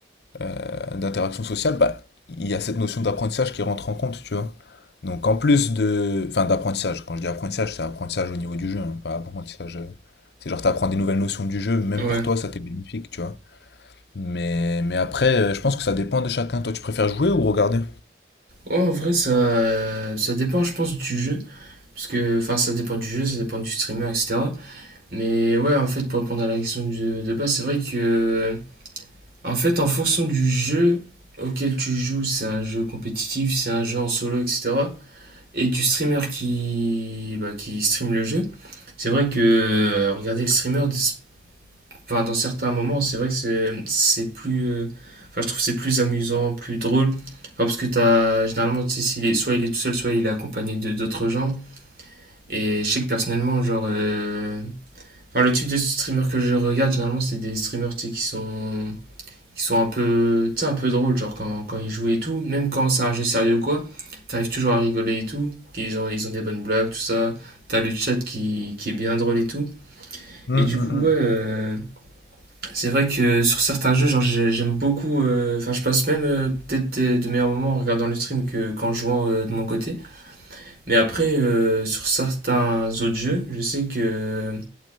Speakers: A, on the left; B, on the right.
A: euh, d'interaction sociale, bah, il y a cette notion d'apprentissage qui rentre en compte, tu vois. Donc en plus de... Enfin d'apprentissage, quand je dis apprentissage, c'est apprentissage au niveau du jeu, hein, pas apprentissage... euh, C'est genre t'apprends des nouvelles notions du jeu, même
B: Ouais.
A: pour toi ça t'est bénéfique, tu vois. Mais, mais après, euh, je pense que ça dépend de chacun. Toi, tu préfères jouer ou regarder?
B: Ouais, en vrai, ça, euh, ça dépend, je pense, du jeu. Parce que, enfin, ça dépend du jeu, ça dépend du streamer, etc. Mais ouais, en fait, pour répondre à la question de, de base, c'est vrai que En fait, en fonction du jeu auquel tu joues, c'est un jeu compétitif, c'est un jeu en solo, etc. Et du streamer qui, bah, qui stream le jeu, c'est vrai que euh, regarder le streamer, dis- enfin, dans certains moments, c'est vrai que c'est c'est plus. euh, Enfin, je trouve que c'est plus amusant, plus drôle. Enfin, parce que t'as, généralement, tu sais, s'il est, soit il est tout seul, soit il est accompagné de d'autres gens. Et je sais que personnellement, genre. euh, Enfin, le type de streamer que je regarde, généralement, c'est des streamers, tu sais, qui sont qui sont un peu, tu sais, un peu drôles, genre quand, quand ils jouent et tout, même quand c'est un jeu sérieux ou quoi, t'arrives toujours à rigoler et tout, ils ont, ils ont des bonnes blagues, tout ça, t'as le chat qui, qui est bien drôle et tout.
A: Hum,
B: Et du
A: hum,
B: coup,
A: hum.
B: ouais, euh, c'est vrai que sur certains jeux, genre j'ai- j'aime beaucoup, euh, enfin je passe même euh, peut-être des- de meilleurs moments en regardant le stream que qu'en jouant euh, de mon côté. Mais après, euh, sur certains autres jeux, je sais que,